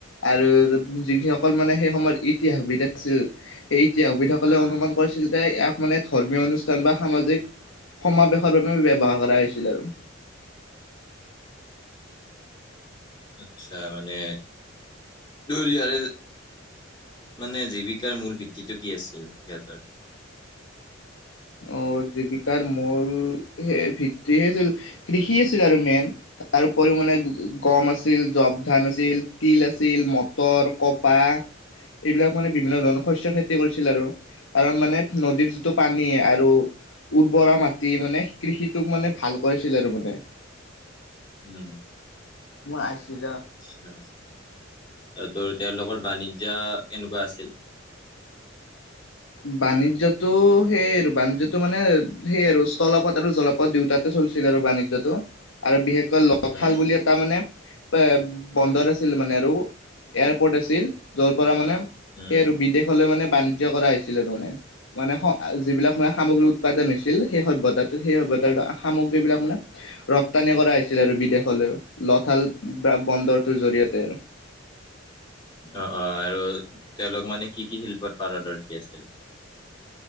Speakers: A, on the left (about 80°); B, on the left (about 25°).
A: আৰু যিসকল মানে সেই সময়ত ইতিহাসবিধ আছিল। এই ইতিহাসবিদসকলে
B: অ
A: অনুমান কৰিছিল যে ইয়াক মানে ধৰ্মিয় অনুষ্ঠান বা সামাজিক সমাবেশৰ বাবে ব্যৱহাৰ কৰা হৈছিল আৰু।
B: আচ্ছা মানে দৌৰিয়ে মানে জীৱিকাৰ মূল ভিত্তিটো কি আছিল? সিহঁতৰ
A: অ জীৱিকাৰ মূল হে ভিত্তি হে আছিল কৃষি আছিল আৰু মেইন তাৰ উপৰিও মানে গম আছিল জপ ধান আছিল তিল আছিল মটৰ, কপাহ এইবিলাক মানে বিভিন্ন ধৰণৰ শস্যৰ খেতি কৰিছিল আৰু কাৰণ মানে নদীৰ যিটো পানী নি আৰু উৰ্বৰা মাটি মানে কৃষিটোক মানে ভাল কৰিছিল আৰু মানে।
B: উম
A: মই আইছো যা
B: আচ্ছা আচ্ছা। এইটো তেওঁলোকৰ বাণিজ্য কেনেকুৱা আছিল?
A: বাণিজ্যটো সেই আৰু বাণিজ্যটো মানে সেই আৰু স্থলপথ আৰু জলপথ দুয়োটাতে চলি চলিছিল আৰু বাণিজ্যটো আৰু বিশেষকৈ লথাল
B: উম,
A: বুলি এটা মানে বে বন্দৰ আছিল মানে আৰু এয়াৰপৰ্ট আছিল। য'ৰ পৰা মানে
B: উম,
A: সেই আৰু বিদেশলৈ মানে। বাণিজ্য কৰা হৈছিল আৰু মানে মানে স আ যিবিলাক মানে সামগ্ৰী উৎপাদন হৈছিল সেই সভ্যতাটো সেই সভ্য সামগ্ৰী বিলাক মানে ৰপ্তানি কৰা হৈছিল আৰু বিদেশলৈও। লথাল ব্ৰা বন্দৰ বন্দৰটোৰ জৰিয়তে আৰু
B: অ অ আৰু তেওঁলোক মানে কি কি শিল্পত পাৰদৰ্শি আছিল?